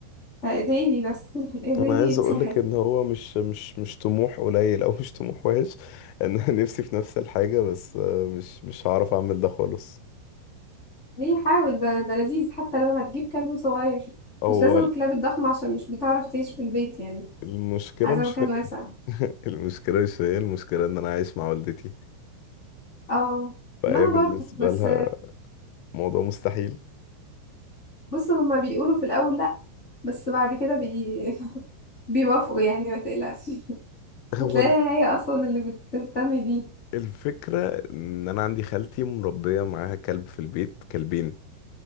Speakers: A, on the left; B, on the left.
A: فايديلي بس <laughs> ايديلي
B: انا عايز
A: يتسحب
B: اقول لك ان هو مش مش مش طموح قليل او <laughs> مش طموح وحش ان انا نفسي في نفس الحاجة بس آه، مش مش هعرف اعمل ده خالص
A: ليه حاول ده ده لذيذ حتى لو هتجيب كلب صغير
B: هو
A: مش لازم الكلاب الضخمة عشان مش بتعرف تعيش في البيت يعني
B: المشكلة
A: عايزة
B: مش
A: مكان
B: فيا
A: واسع
B: <laughs> المشكلة مش فيا المشكلة ان انا عايش مع والدتي
A: اه
B: فهي
A: ما انا
B: بالنسبة
A: برضو بس
B: لها موضوع مستحيل
A: بص هما بيقولوا في الاول لا بس بعد كده بي... <laughs> بيوافقوا يعني ما تقلقش <laughs>
B: هو
A: هتلاقي
B: ال-
A: هي اصلا اللي بتهتم بيه
B: الفكرة ان انا عندي خالتي مربية معاها كلب في البيت كلبين